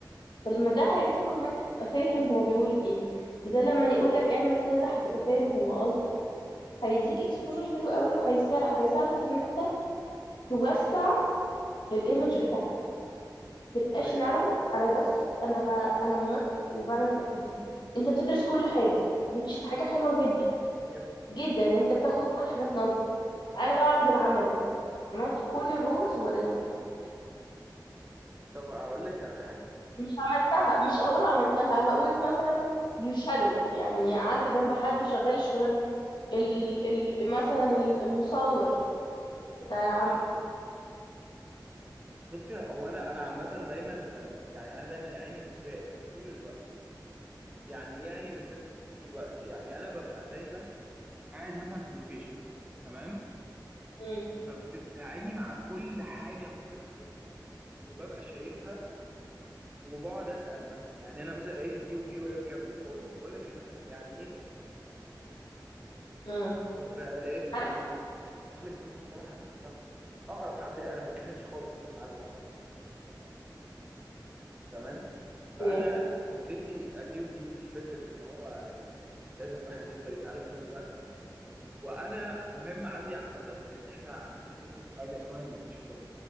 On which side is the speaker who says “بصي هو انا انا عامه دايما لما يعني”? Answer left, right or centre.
Right